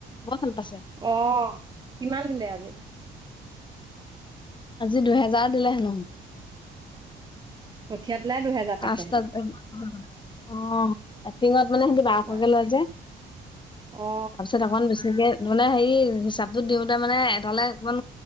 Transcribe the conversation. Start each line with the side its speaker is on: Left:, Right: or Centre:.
Left: বৰ ভাল পাইছে।
Right: অ কিমান দিলে আজি?
Left: আজি দুহেজাৰ দিলে হেনো।
Right: কঠিয়া তোলাই দুহেজাৰ?
Left: পাঁচটাত
Right: পাইছে সিহঁতি
Left: <unintelligible> অঁ। এক্টিঙত মানে সিহঁতি বাৰশকে
Right: বা
Left: লয় যে।
Right: অ
Left: তাৰপিছত অকন বেছিকে মানে হেৰি হিচাপটো দিওঁতে মানে এটালৈ অকমান